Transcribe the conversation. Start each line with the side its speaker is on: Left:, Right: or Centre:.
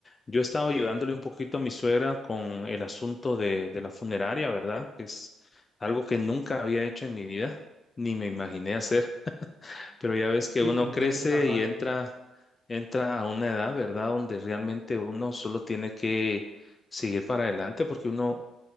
Left: Yo he estado ayudándole un poquito a mi suegra con el asunto de, de la funeraria, ¿verdad? es algo que nunca había hecho en mi vida, ni me imaginé hacer. Pero ya ves que
Right: Sí,
Left: uno
Right: te entiendo
Left: crece
Right: esa parte.
Left: y entra, entra a una edad, ¿verdad? Donde realmente uno solo tiene que seguir para adelante porque uno,